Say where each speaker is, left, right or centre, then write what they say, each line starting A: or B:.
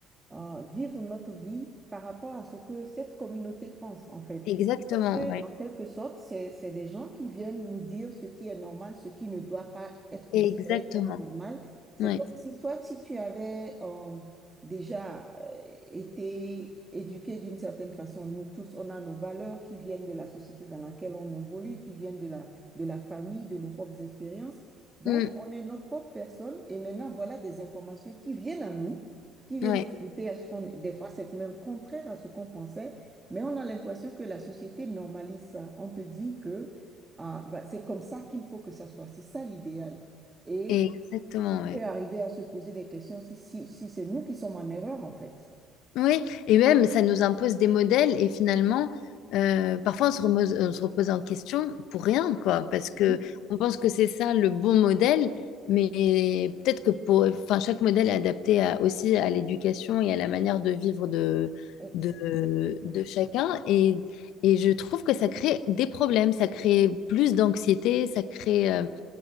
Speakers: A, on the right; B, on the left.
A: euh, vivre notre vie par rapport à ce que cette communauté pense, en fait.
B: Exactement,
A: Parce que,
B: ouais.
A: en quelque sorte, c'est, c'est des gens qui viennent nous dire ce qui est normal, ce qui ne doit pas être considéré
B: Exactement,
A: comme normal. C'est
B: ouais.
A: comme si toi, si tu avais euh, déjà euh, été éduqué d'une certaine façon, nous tous, on a nos valeurs qui viennent de la société dans laquelle on évolue, qui viennent de la, de la famille, de nos propres expériences. Donc,
B: Mm.
A: on est notre propre personne et maintenant, voilà des informations qui viennent à nous qui viennent
B: Ouais.
A: s'ajouter à ce qu'on... Des fois, c'est même contraire à ce qu'on pensait, mais on a l'impression que la société normalise ça. On te dit que ah, bah, c'est comme ça qu'il faut que ça soit, c'est ça l'idéal. Et
B: Exactement,
A: on
B: ouais.
A: peut arriver à se poser des questions si, si, si c'est nous qui sommes en erreur, en fait.
B: Oui, et même ça nous impose des modèles et finalement, euh, parfois on se remose- on se repose, en question pour rien, quoi, parce que
A: Mhm.
B: on pense que c'est ça le bon modèle, mais peut-être que pour, enfin, chaque modèle est adapté à- aussi à l'éducation et à la manière de vivre de,
A: Exact.
B: de, de chacun. Et, et je trouve que ça crée des problèmes, ça crée plus d'anxiété, ça crée. euh,